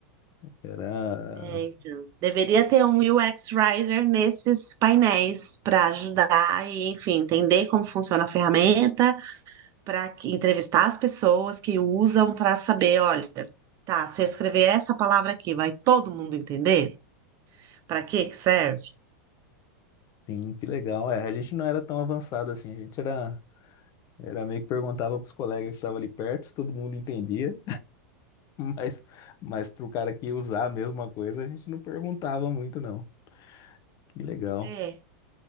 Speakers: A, on the left (about 40°); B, on the right (about 40°).
A: Era,
B: é, então. Deveria ter um UX Writer nesses painéis para ajudar e, enfim, entender como funciona a ferramenta, para entrevistar as pessoas que usam para saber, olha, tá, se eu escrever essa palavra aqui, vai todo mundo entender? Para que que serve?
A: sim, que legal. É, a gente não era tão avançado assim, a gente era, era meio que perguntava pros colegas que estavam ali perto, se todo mundo entendia. Mas, mas pro cara que ia usar a mesma coisa, a gente não perguntava muito, não. Que legal.
B: É,